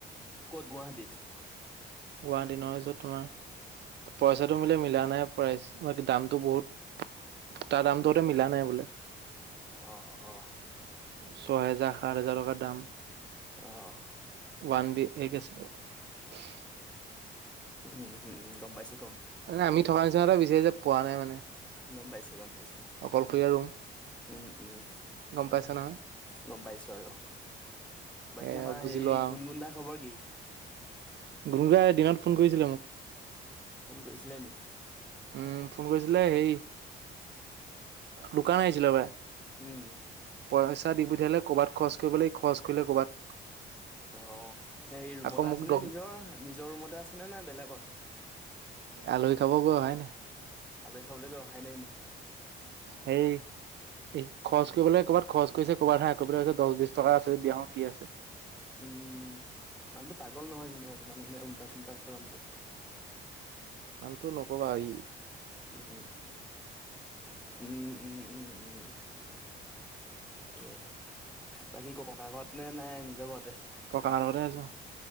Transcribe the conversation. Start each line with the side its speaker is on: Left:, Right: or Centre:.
Centre: ক'ত গুৱাহাটীত?
Right: গুৱাহাটী নহয়। য'ত তোমাৰ, পইচাটো বোলে মিলা নাই প্ৰাইছ দামটো বহুত, তাৰ দামটো হঁতে মিলা নাই বোলে।
Centre: অ'! অ'!
Right: ছয় হেজাৰ, সাত হেজাৰ টকাত দাম
Centre: অ'!
Right: ওৱান বি, এই <unintelligible>
Centre: উম, হু, গম পাইছোঁ।
Right: আমি থকা নিচিনা এটা বিচাৰি যে পোৱা নাই মানে।
Centre: গম পাইছোঁ। গম পাইছোঁ।
Right: অকলশৰীয়া ৰুম
Centre: উম, উম,
Right: গম পাইছা নহয়
Centre: গম পাইছোঁ। <unintelligible> বাকী
Right: এ
Centre: আমাৰ
Right: বুজি
Centre: হেৰি,
Right: লোৱা
Centre: গুণ গুণ দা খবৰ কি?
Right: গুণ গুণ দাই দিনত ফোন কৰিছিলে মোক।
Centre: ফোন কৰিছিলে নি?
Right: উম, ফোন কৰিছিলে সেই দোকান আহিছিলে সঁপাই।
Centre: উম।
Right: পইচা দি পঠিয়ালে কৱাত খৰচ কৰিব লাগে ই খৰচ কৰিলে কৰ'বাত।
Centre: অ সেই ৰুমতে
Right: আকৌ
Centre: আছেনে
Right: মোক দ
Centre: নিজৰ নিজৰ ৰুমতে আছেনে নে বেলেগত।
Right: আলহী খাব গৈ অহাই নাই।
Centre: আলহী খাবলৈকে অহাই নাই নেকি?
Right: সেই এই খৰচ কৰিবলৈ কৰ'বাত খৰচ কৰিছে কৰ'ৰবাত হে আকৌ পেলাই কৈছে দহ বিশ টকা আছে দিয়া অ কি আছে।
Centre: উম মানুহটো পাগল নহয় জানো। অ মান মানে উল্টা ফুল্টা আছে মানুহটো।
Right: আনটো নকবা এই
Centre: উম উ উম উম উম উম। এ বাকী ককা ঘৰত নে নাই নিজৰ ঘৰতে।
Right: ককাহেত ঘৰতে আছো।